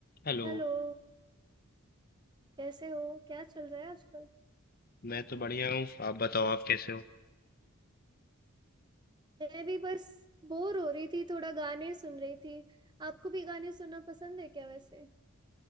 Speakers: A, on the left (about 45°); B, on the right (about 20°).
A: Hello
B: Hello कैसे हो क्या चल रहा है आजकल
A: मैं तो बढ़िया हूँ आप बताओ आप कैसे हो
B: मैं भी बस बोर हो रही थी थोड़ा गाने सुन रही थी आपको भी गाने सुनना पसंद है क्या वैसे